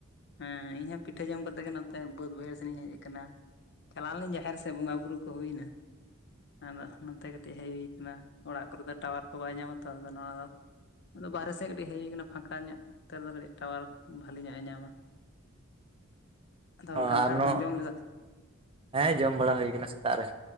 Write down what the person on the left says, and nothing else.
ᱦᱮᱸ ᱤᱧ ᱦᱚᱸ ᱯᱤᱴᱷᱟᱹ ᱡᱚᱢ ᱠᱟᱛᱮᱜ ᱜᱮ ᱱᱚᱛᱮ ᱵᱟᱹᱫ ᱵᱟᱹᱭᱦᱟᱹᱲ ᱥᱮᱱᱤᱧ ᱦᱮᱡ ᱟᱠᱟᱱᱟ ᱪᱟᱞᱟᱣ ᱞᱮᱱᱟᱧ ᱡᱟᱦᱮᱨ ᱥᱮᱫ ᱵᱚᱸᱜᱟ ᱵᱩᱨᱩ ᱠᱚ ᱦᱩᱭᱮᱱᱟ ᱟᱫᱚ ᱱᱚᱛᱮ ᱠᱟᱹᱴᱤᱡ ᱦᱮᱡ ᱦᱩᱭ ᱟᱠᱟᱱᱟ ᱚᱲᱟᱜ ᱠᱚᱨᱮ ᱫᱚ ᱴᱟᱣᱟᱨ ᱠᱚ ᱵᱟᱭ ᱧᱟᱢᱟ ᱛᱚ ᱟᱫᱚ ᱱᱚᱣᱟ ᱫᱚ ᱟᱫᱚ ᱵᱟᱨᱦᱮ ᱥᱮᱫ ᱠᱟᱹᱴᱤᱡ ᱦᱮᱡ ᱦᱩᱭ ᱟᱠᱟᱱᱟ ᱯᱷᱟᱸᱠᱟ ᱧᱚᱜ ᱚᱛᱮ ᱨᱮᱫᱚ ᱠᱟᱹᱴᱤᱡ ᱴᱟᱣᱟᱨ ᱵᱷᱟᱞᱤ ᱧᱚᱜ ᱮ ᱧᱟᱢᱟ। ᱟᱫᱚ
ᱠᱟᱱᱴᱷᱟᱲ
ᱠᱚᱢ ᱡᱚᱢ ᱞᱮᱫᱟ